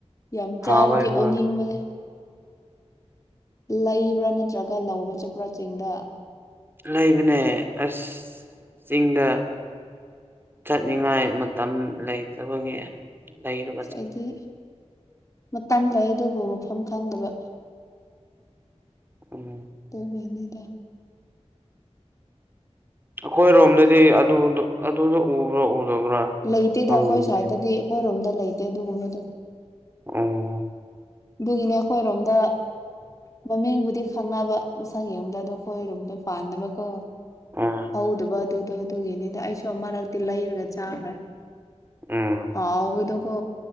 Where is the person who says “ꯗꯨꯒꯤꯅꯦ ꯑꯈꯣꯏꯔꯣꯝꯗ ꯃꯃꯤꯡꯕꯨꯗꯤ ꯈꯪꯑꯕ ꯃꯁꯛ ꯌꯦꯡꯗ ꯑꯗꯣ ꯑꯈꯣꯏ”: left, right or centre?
Left